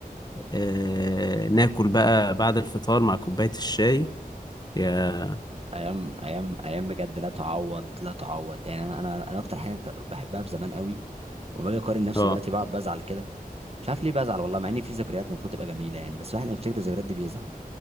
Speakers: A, on the left; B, on the right.
A: آه ناكل بقى بعد الفطار مع كوباية الشاي يا
B: ايام ايام ايام بجد لا تعوض لا تعوض يعني انا انا انا اكتر حاجه ك- بحبها في زمان قوي وما باجي اقارن نفسي
A: اه
B: دلوقتي بقعد بزعل كده مش عارف ليه بزعل والله مع ان في ذكريات المفروض تبقى جميله يعني بس الواحد لما بيفتكر الذكريات دي بيزعل